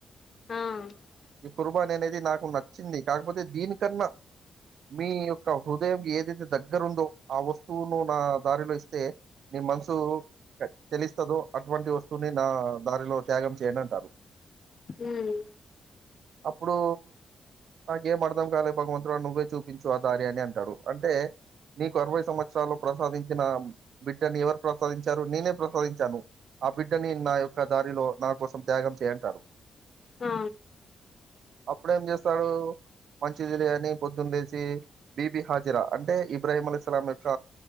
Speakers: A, on the left; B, on the right.
A: ఆ ఆ
B: ఇప్పుడు అనేది నాకు నచ్చింది కాకపోతే దీనికన్నా మీ యొక్క హృదయం ఏదైతే దగ్గర ఉందో ఆ వస్తువును నా దానిలో ఇస్తే నీ మనసు చెలిస్తదో అటువంటి వస్తువుని నా ద అదిగో త్యాగం చేయండి అంటారు
A: హ్మ్
B: అప్పుడు <unintelligible> అర్ధం కాలే భగవంతుడా నువ్వే చూపించు ఆ దారి అని అంటాడు అంటే నీకు అరవై సంవత్సరాల్లో ప్రసాదించిన బిడ్డని ఎవరు ప్రసాదించారు నేనే ప్రసాదించాను. ఆ బిడ్డని నా యొక్క దారిలో నా కోసం త్యాగం చేయంటారు.
A: ఆ
B: అప్పుడేం చేస్తాడు మంచిదిలే అని పొద్దున లేసి బీబి హాజరా అంటే ఇబ్రాహీం అలైహిస్సలాం యొక్క